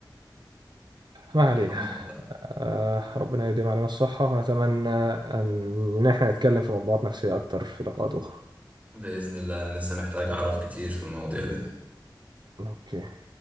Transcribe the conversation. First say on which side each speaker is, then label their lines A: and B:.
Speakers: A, on the right; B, on the right.
A: ما علينا
B: الحمد لله
A: آه ربنا يديم علينا الصحة ونتمنى أن إن إحنا نتكلم في موضوعات نفسية أكتر في لقاءات أخرى
B: باذن الله انا لسه محتاج اعرف كتير في المواضيع دي
A: أوكي